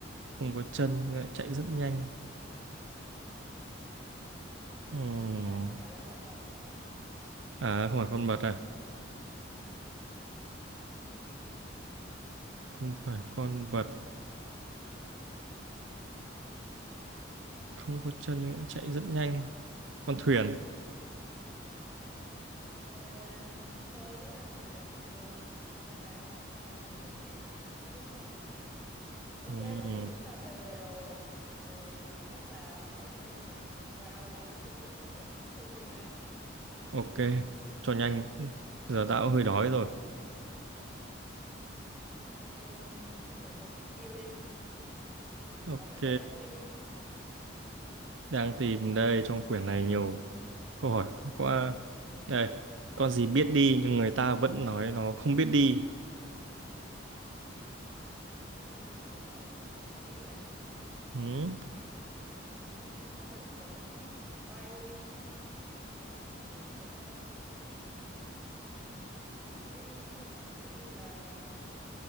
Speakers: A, on the right; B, in the centre.
A: không có chân nhưng lại chạy rất nhanh Ừm,
B: con này không phải là con vật
A: à không phải con vật à
B: ừ.
A: không phải con vật không có chân nữa, chạy rất nhanh con thuyền
B: Ờ, thôi chứ vậy là cũng đúng đáp án là con sông nhưng con thuyền thì cũng đúng rồi ok
A: ừ,
B: vậy thì chúng ta hề rồi hề thì chắc là hỏi thêm một round cuối cùng để phân định thắng thua đi ha
A: ok cho nhanh giờ tao cũng hơi đói rồi
B: ừ. ok vậy mày tiếp chiêu đi
A: ok
B: à, vậy mày ra chiêu đi chứ
A: đang tìm đây trong quyển này nhiều câu hỏi quá đây con gì biết đi nhưng người ta vẫn nói nó không biết đi
B: con gì biết đi người ta vẫn nói không biết đi hả
A: ừ,
B: con hình như con chim cánh cụt là nó không biết bay đúng không còn biết đi người ta không nói biết đi thì- không biết đi không biết đi là